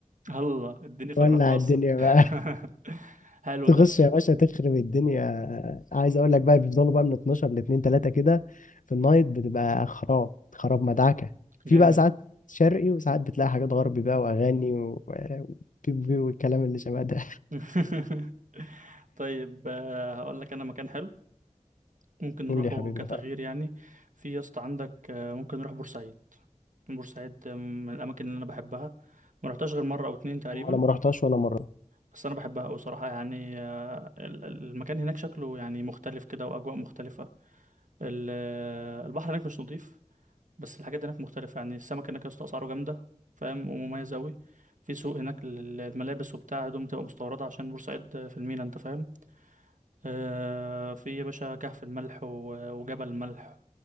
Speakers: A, on the right; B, on the left.
A: الله اديني في
B: ولع
A: الرقاصة
B: الدنيا
A: <laughs>
B: بقى
A: حلو
B: تخش
A: ده
B: يا باشا تخرب الدنيا عايز اقول لك بقى بيفضلوا بقى من 12 ل 2 3 كده في النايت بتبقى خراب خراب مدعكه في
A: جامد
B: بقى ساعات شرقي وساعات بتلاقي حاجات غربي بقى واغاني و- وبيب بيب والكلام اللي شبه ده
A: <laughs> طيب آه، هقول لك انا مكان حلو ممكن
B: <laughs> قول
A: نروحه
B: يا حبيبي
A: كتغيير
B: رفاق
A: يعني في يا اسطى عندك آه، ممكن نروح بورسعيد بورسعيد آه، من الاماكن اللي انا بحبها ما رحتهاش غير مره او اتنين تقريبا
B: انا ما رحتهاش ولا مره
A: بس انا بحبها قوي صراحه يعني آه، ال- ال- المكان هناك شكله يعني مختلف كده واجواء مختلفه ال- آه، البحر هناك مش نظيف بس الحاجات دي هناك مختلفة يعني السمك هناك يا اسطى أسعاره جامدة فاهم ومميز أوي في سوق هناك للملابس وبتاع هدوم بتبقى مستوردة عشان بورسعيد في المينا أنت فاهم آه في يا باشا كهف الملح و- وجبل الملح